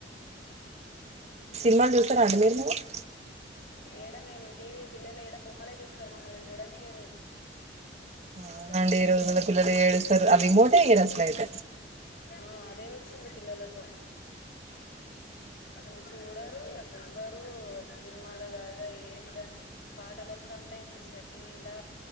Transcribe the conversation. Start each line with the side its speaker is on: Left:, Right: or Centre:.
Right: సినిమాలు చూస్తారా అండి మీరు మరి
Left: ఎడ మేం టివి. పిల్లలు ఎడ బొమ్మలే చూస్తరు, మమ్మల్ని చూడనియరు.
Right: అవునండి
Left: ఆ
Right: ఈ రోజులలో పిల్లలు ఏడుస్తారు ఆ రిమోటే ఇయ్యరు అసలు అయితే
Left: ఆ. అదే వచ్చింది పిల్లలతో, అసలు చూడ రు అసలు ఇవ్వరు అసలు సినిమాలు కాదుగా ఏది కాని. పాటలు వస్తాంటై మంచిగా టీవీలా